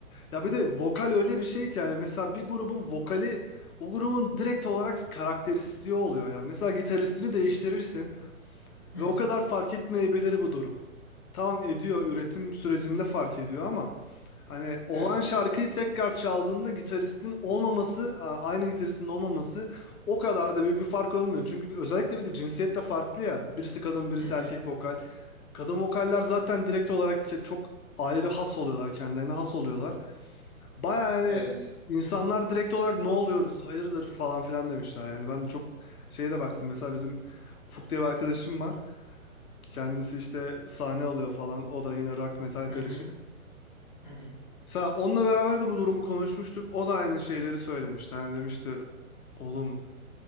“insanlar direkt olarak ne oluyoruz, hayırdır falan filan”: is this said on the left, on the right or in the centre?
Left